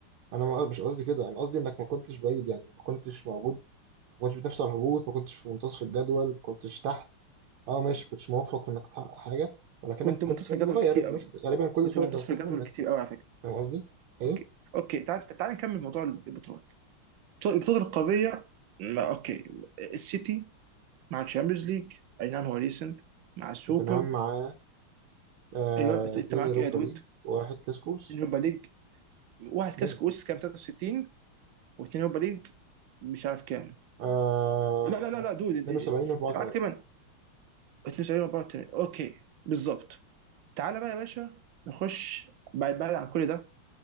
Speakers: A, on the right; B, on the right.
A: انا ما- مش قصدي كده انا قصدي انك ما كنتش بعيد يعني ما كنتش موجود ما كنتش بتنافس على الهبوط ما كنتش في منتصف الجدول ما كنتش تحت اه ماشي ما كنتش موفق في انك تحقق حاجه ولكنك
B: كنت
A: كنت
B: منتصف
A: نجم
B: الجدول
A: صغير
B: كتير
A: الناس
B: قوي
A: غالبا كل الفرق
B: كنت منتصف
A: كانت بتخاف
B: الجدول
A: منك
B: كتير قوي على فكره
A: فاهم قصدي؟ ايه؟
B: اوكي اوكي تعال تعال نكمل موضوع البطولات طيب، البطوله القاريه ما- اوكي السيتي مع الشامبيونز ليج اي نعم هو ريسنت مع السوبر
A: توتنهام معاه آه
B: ايوه
A: اتنين
B: انت معاك
A: يوروبا
B: ايه يا دود
A: ليج وواحد كسكوس
B: اليوروبا ليج واحد
A: اتنين
B: كاس كؤوس كام 63 واثنين يوروبا ليج مش عارف كام
A: آه
B: لا لا لا لا دود انت
A: 72
B: أنت
A: و 84
B: معاك تقريبا 72 مباراه تاني. اوكي بالظبط تعالى بقى يا باشا نخش بعد بعد عن كل ده